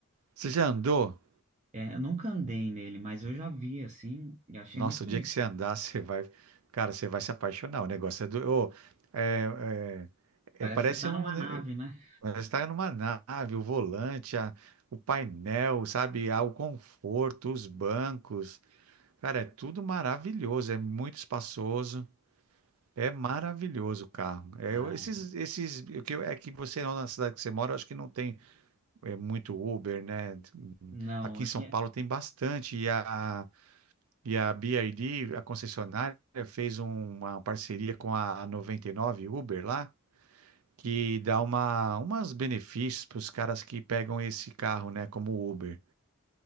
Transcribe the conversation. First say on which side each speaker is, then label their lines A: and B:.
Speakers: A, on the right (about 85°); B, on the right (about 30°).
A: Você já andou?
B: é, eu nunca andei nele, mas eu já vi assim e achei
A: Nossa,
B: muito
A: o
B: bonito.
A: dia que você andar, <laughs> você vai. Cara, você vai se apaixonar. O negócio é do. ô, é, é-
B: Parece
A: é- parece
B: que você tá
A: um.
B: numa
A: né,
B: nave, né?
A: Você está numa nave, o volante, a- o painel, sabe? Ah, o conforto, os bancos. Cara, é tudo maravilhoso. É muito espaçoso. É maravilhoso o carro. É,
B: Ah,
A: eu- esses, esses, o que eu- é que você, na cidade que você mora, eu acho que não tem é, muito Uber, né?
B: não,
A: Aqui
B: aqui
A: em São Paulo
B: é.
A: tem bastante. E a E a BYD, a concessionária, fez uma parceria com a 99 Uber lá, que dá uma, umas benefícios para os caras que pegam esse carro, né, como Uber.